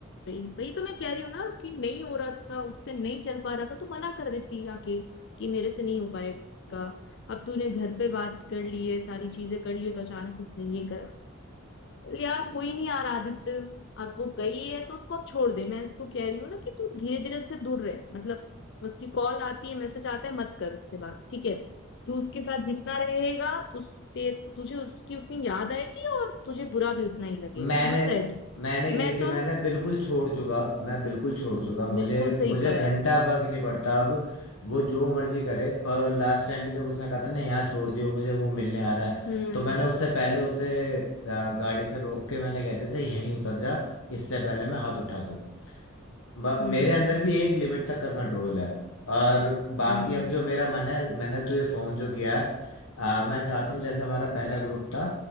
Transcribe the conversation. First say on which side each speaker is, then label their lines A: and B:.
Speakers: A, on the left; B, on the left.
A: वही वही तो मैं कह रही हूँ ना कि नहीं हो रहा था उससे नहीं चल पा रहा था तो मना कर देती आके कि मेरे से नहीं हो पाएगा अब तूने घर पे बात कर ली है सारी चीजें कर ली है तो अचानक से उसने ये करा यार कोई नहीं यार आदित्य अब वो गई है तो उसको अब छोड़ दे मैं उसको कह रही हूँ ना कि तू धीरे धीरे उससे दूर रहे मतलब उसकी कॉल आती है मैसेज आता है मत कर उससे बात ठीक है तू उसके साथ जितना रहेगा तुझ- ते तुझे उसकी उतनी याद आएगी और तुझे बुरा भी उतना ही लगेगा
B: मैंने
A: समझ रहे तू
B: मैंने की
A: मैं
B: थी
A: तो
B: मैंने बिल्कुल छोड़ चुका मैं बिल्कुल छोड़ चुका मुझे
A: बिल्कुल सही
B: मुझे
A: करा
B: घंटा
A: है
B: फर्क नहीं पड़ता अब वो जो मर्जी करे और लास्ट टाइम भी जब उसने कहा था ना यहाँ छोड़ दियो मुझे वो मिलने आ रहा है
A: हम्म
B: तो मैंने उससे पहले उसे आ, गाड़ी से रोक के मैंने कहते थे यहीं उतर जा इससे पहले मैं हाथ उठा दूं म-
A: हम्म
B: मेरे अंदर भी एक लिमिट तक का कंट्रोल है और बाकी
A: हम्म
B: अब
A: हम्म
B: जो मेरा मन है मैंने तुझे फोन जो किया है आ, मैं चाहता हूँ जैसे हमारा पहला ग्रुप था